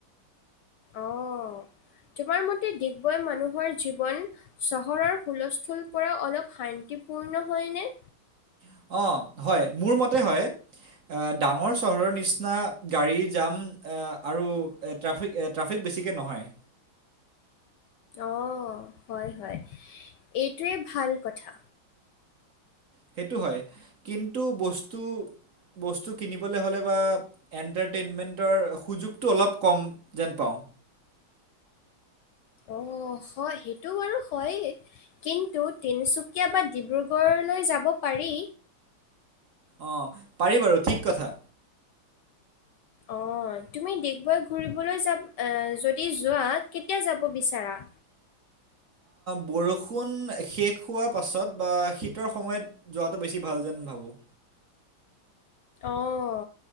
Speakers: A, on the left; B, on the right.
A: অহ, তোমাৰ মতে ডিগবৈৰ মানুহৰ জীৱন। চহৰৰ হুলস্থুল পৰা অলপ শান্তিপূৰ্ণ হয়নে?
B: অহ, হয় মোৰ মতে হয়। অহ, ডাঙৰ চহৰৰ নিচিনা গাড়ী জাম আৰু ট্ৰেফিক-ট্ৰেফিক বেছিকৈ নহয়।
A: অহ, হয়, হয়। এইটোৱে ভাল কথা।
B: সেইটো হয় কিন্তু বস্তু-বস্তু কিনিবলৈ হ'লে বা এণ্টাৰটেইনমেন্টৰ সুযোগতটো অলপ কম যেন পাওঁ।
A: অহ, হয় সেইটো বাৰু হয়েই। কিন্তু তিনিচুকীয়া বা ডিব্ৰুগড়লৈ যাব পাৰি।
B: অহ, পাৰি বাৰু ঠিক কথা।
A: অহ, তুমি ডিগবৈ ঘুৰিবলৈ যাব অহ, যদি যোৱা কেতিয়া যাব বিচাৰা?
B: বৰষুণ শেষ হোৱাৰ পাছত বা শীতৰ সময়ত যোৱাটো বেছি ভাল যেন ভাবোঁ।
A: অহ,